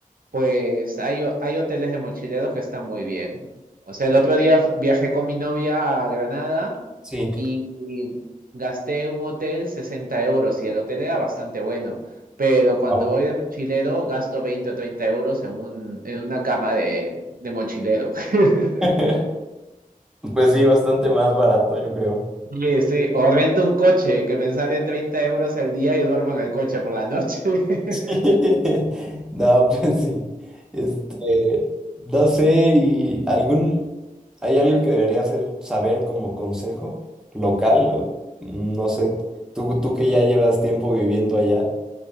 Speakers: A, on the right; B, in the centre.
A: pues hay, ho- hay hoteles de mochileros que están muy bien. O sea, el otro día viajé con mi novia a Granada
B: Sí.
A: y, y gasté un hotel 60 euros y el hotel era bastante bueno. Pero cuando
B: Ah,
A: voy de mochilero gasto 20 o 30 euros en un, en una cama de, de mochilero. <laughs>
B: <laughs> Pues sí, bastante más barato, yo creo.
A: Sí, sí, o rento un coche que me sale 30 euros el día y duermo en el coche por la noche. <laughs>
B: <laughs> No, pues sí. Este, no sé, y algún, hay algo que debería hacer, saber como consejo local, o- no sé, tú, tú que ya llevas tiempo viviendo allá,